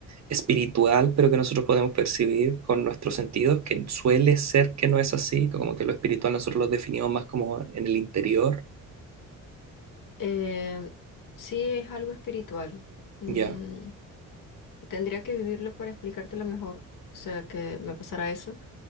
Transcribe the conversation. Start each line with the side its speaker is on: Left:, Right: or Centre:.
Right: espiritual, pero que nosotros podemos percibir con nuestros sentidos, que suele ser que no es así, como que lo espiritual nosotros lo definimos más como en el interior?
Left: Eh, sí es algo espiritual. Mm,
Right: Ya,
Left: Tendría que vivirlo para explicártelo mejor, o sea, que me pasara eso,